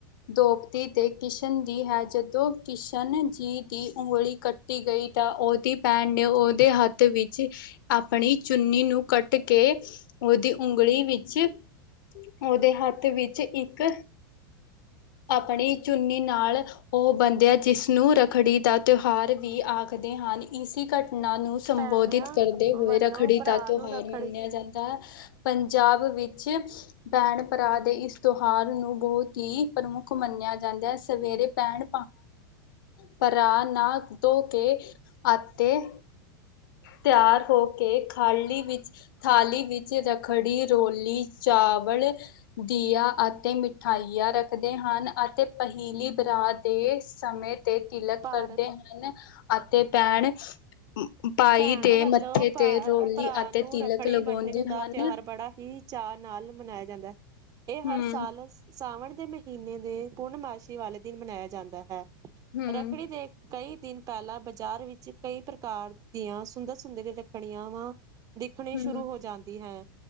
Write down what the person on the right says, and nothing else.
ਭੈਣਾਂ
ਵੱਲੋਂ
ਭਰਾ
ਨੂੰ ਰੱਖੜੀ
ਭਾਰਤ
ਭੈਣ
ਵੱਲੋਂ
ਭਾ,
ਭਰਾ
ਨੂੰ
ਰੱਖੜੀ
ਬੰਨਣ ਦਾ
ਤਿਓਹਾਰ ਬੜਾ ਹੀ ਚਾ ਨਾਲ ਮਨਾਏਆ ਜਾਂਦਾ ਏ ਹਰ
ਸਾਲਸ ਸਾਵਣ ਦੇ ਮਹੀਨੇ ਦੇ ਪੂਰਨਮਾਸ਼ੀ ਵਾਲੇ ਦਿਨ ਮਨਾਏਆ ਜਾਂਦਾ ਹੈ।
ਰੱਖੜੀ ਦੇ ਕਈ ਦਿਨ ਪਹਿਲਾਂ ਬਾਜ਼ਾਰ ਵਿੱਚ ਕਈ ਕਾਰ ਦੀਆਂ ਸੁੰਦਰ ਸ <unintelligible> ਵਾਂ ਦਿਖਣੀ
ਸ਼ੁਰੂ ਹੋ ਜਾਂਦੀ ਹੈ,